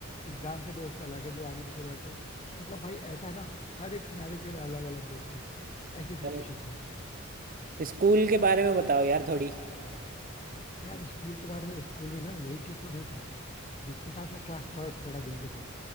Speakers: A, on the left; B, on the right.
A: एग्जाम के दोस्त अलग है जो आगे पीछे बैठते हैं मतलब भाई ऐसा है ना हर एक सिनारियों के लिए अलग अलग दोस्त हैं ऐसी सिचुएशन
B: अरे
A: थी
B: स्कूल के बारे में बताओ यार थोड़ी
A: यार स्कूल के बारे में स्कूल में ना यही चीज तो नहीं था जिसके साथ मैं क्लास थर्ड से पढ़ा जिनके साथ